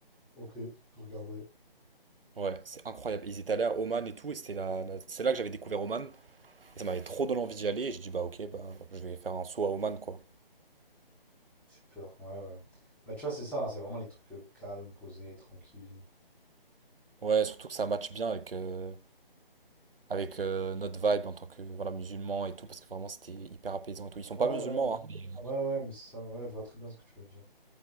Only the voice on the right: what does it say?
Ouais, c'est incroyable. Ils étaient allés à Oman et tout, et c'était là, là- c'est là que j'avais découvert Oman, et ça m'avait trop donné envie d'y aller, et j'ai dit bah ok, bah je vais faire un saut à Oman quoi.
Ouais, surtout que ça match bien avec, euh, avec euh, notre vibe en tant que voilà, musulman et tout, parce que vraiment c'était hyper apaisant et tout. Ils sont
pas musulmans,
hein. mais-